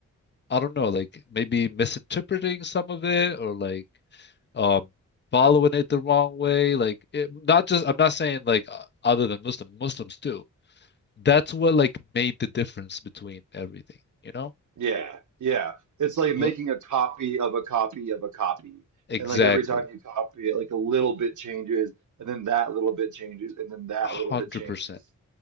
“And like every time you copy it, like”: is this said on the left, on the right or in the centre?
Right